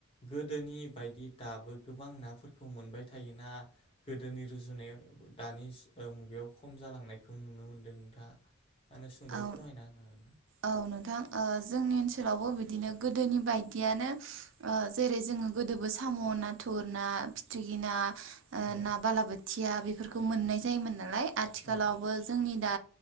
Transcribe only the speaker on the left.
गोदोनि बायदि दाबो गोबां नाफोरखौ मोनबाय थायोना गोदोनि रुजुनायाव दानि मुगायाव खम जालांनायखौ नुनो मोनदों दा? आंनो सुंद'यै
फोरमायना होगोन।
औ
औ